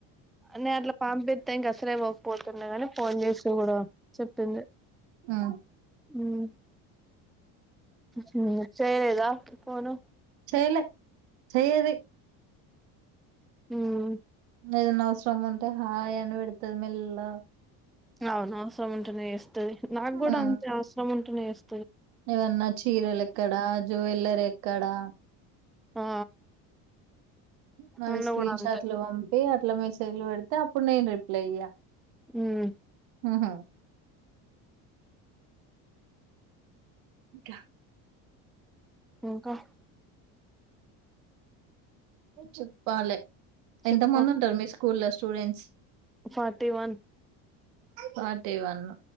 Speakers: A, in the centre; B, on the right.
A: నేను అట్లా పంపిత్తే ఇంక అసలే పోకపోతున్నా అని ఫోన్ చేసి కూడా చెప్పింది
B: ఆ
A: మ్మ్ హ్మ్ హు సరే రా పోదాం
B: చేయలే చెయ్యది
A: మ్మ్
B: ఇంగ ఏదన్న అవసరం ఉంటే హాయ్ అని పెడతది మెల్లగ
A: అవును అవసరం ఉంటేనే వస్తది నాకు కూడా
B: ఆ
A: అంతే అవసరం ఉంటేనే ఇస్
B: ఏవన్నా చీరలు ఎక్కడ జ్యువెల్లరీ ఎక్కడా
A: ఆ
B: నావి
A: అన్న
B: స్క్రీన్
A: కూడా అంతే
B: షాట్లు పంపి ఆ లో మసేజ్లు పెడితే అప్పుడు నేను రిప్లైఇయ్య
A: మ్మ్
B: హ్మ్ హ ఎందుకండి
A: ఇంకా
B: చెప్పాలే
A: చెప్పు
B: ఎంత మంది ఉంటారు మీ ఆ స్కూల్ లో స్టూడెంట్స్
A: ఫార్టీ వన్
B: పాటే వాన్